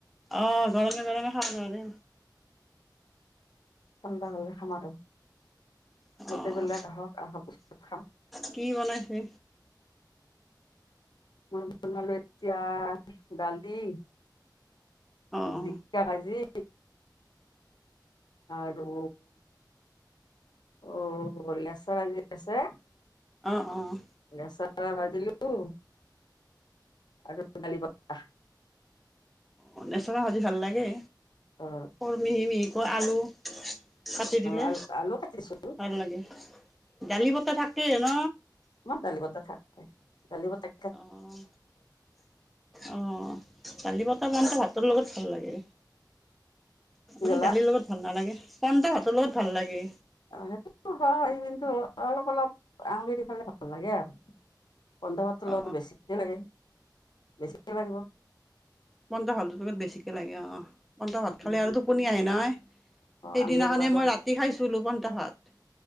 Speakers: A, in the centre; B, on the left.
A: অ, গৰমে - গৰমে খাব নোৱাৰে।
B: ঠাণ্ডা হলে খাম আৰু গোটেইবিলাক
A: অঁ
B: আহক, আহা পিছত খাম।
A: কি বনাইছে?
B: মই বনালো এতিয়া দালি,
A: অঁ
B: জি কা ভাঁজি আৰু অ লেচাৰা ভাজি আছে
A: অঁ অঁ।
B: লেচেৰা ভাজিলোঁ আৰু দালি বতা।
A: অ লেচেৰা ভাজি ভাল লাগে।
B: অ।
A: সৰু মিহি মিহিকৈ আলু কাটি দিলে
B: আলু আলু কাটিছোঁ
A: ভাল লাগে। দালি বতা থাকেই ন?
B: আমাৰ দালি বতা থাকে, দালি বতা
A: অঁ, অঁ, দালি বতা ইমানটা ভাতৰ লগত ভাল লাগে।
B: কি
A: এনে
B: ক'লা
A: দালিৰ লগত ভাল নালাগে, পান্তা ভাতৰ লগত ভাল লাগে।
B: অ সেইটোতো হয় কিন্তু অলপ অলপ আঙুলি দি খালে ভাল লাগে আৰু। পন্তা ভাতৰ
A: অ
B: লগত বেছিকে লাগে, বেছিকে লাগিব।
A: পন্তা ভাতৰ লগত বেছিকে লাগে অ অ। পন্তা ভাত
B: কিন্তু
A: খালে আৰু টোপনি আহে নহয়, সেইদিনাখনে
B: আঞ্জাৰ লগত
A: মই ৰাতি খাইছিলো পন্তা ভাত।